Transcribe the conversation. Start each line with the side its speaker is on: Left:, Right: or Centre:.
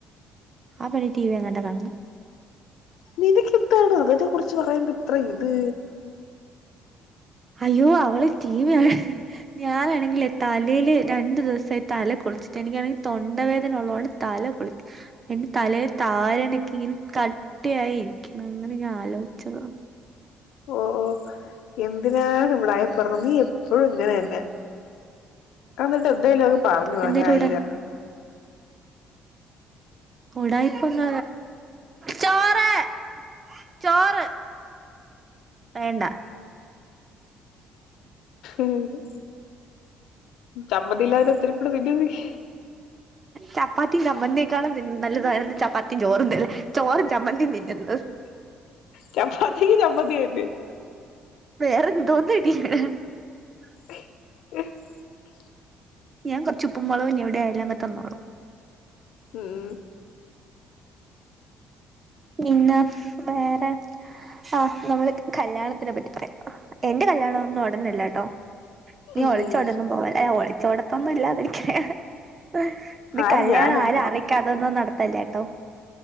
Right: ആ പെണ്ണ് ടി വി അങ്ങാണ്ട കാണുന്നു
Left: നിനക്ക് എന്താണ് അതിനെ കുറിച്ച് പറയുമ്പ ഇത്ര ഇത്
Right: അയ്യോ അവള് ടി വി കാണ് ഞാനാണെങ്കിലേ തലയില് രണ്ടു ദിവസമായി തല കുളിച്ചിട്ട് എനിക്കാണെങ്കിൽ തൊണ്ടവേദന ഉള്ളതുകൊണ്ട് തല അതിന്റെ തലയിൽ താരനൊക്കെ ഇങ്ങനെ കട്ടയായിരിക്കണ് അങ്ങനെ ഞാൻ ആലോചിച്ച ഉം
Left: ഓ ഓ എന്തിനാണ് ഉടായ് പിറന്ന് നീ എപ്പഴും ഇങ്ങനെ തന്നെ... എന്നിട്ട് എന്തായാലുംങ് പറഞ്ഞോ പോ
Right: എന്തേലും
Left: നായികാരണങ്ങൾ...
Right: ഉടാ ഉടായിപ്പൊന്ന ചോറ്- ചോറ് വേണ്ട
Left: ആ ഹ് ചമ്മന്തി ഇല്ലാതെ ഇത്തിരി <unintelligible>
Right: ചപ്പാത്തി ചമ്മന്തി ക്കാളും തിന്നു നല്ലത് ചപ്പാത്തിയും ചോറും ഇല്ലേ ചോറും ചമ്മന്തിയും തിന്നുന്നത്...
Left: ചപ്പാത്തിക്ക് ചമ്മന്തി ഏര്ന്ന്
Right: വേറെ <inaudible>
Left: <unintelligible>
Right: ഞാൻ കൊറച്ച് ഇപ്പും മൊളകും ഞ് എവിടെ യാലും അങ്ങ് ത്‌ന്നോളും
Left: ഉം
Right: പിന്ന വേറെ ആ നമ്മള് കല്യാണത്തിനെ പറ്റി പറയാം എന്റെ കല്യണം ഒന്നും ഉടനല്ലട്ടോ നീ
Left: ഉം
Right: ഒളിച്ചോടൊന്നും പോവല്ലേ ഒളിച്ചോട ഒന്നുംല്ലാതിരിക്ക ഹ ഹ ഇത്
Left: ആര്
Right: കല്യാണ
Left: ഞാനാ
Right: ആരും അറിക്കാ തൊന്നും നടത്തല്ലേ ട്ടോ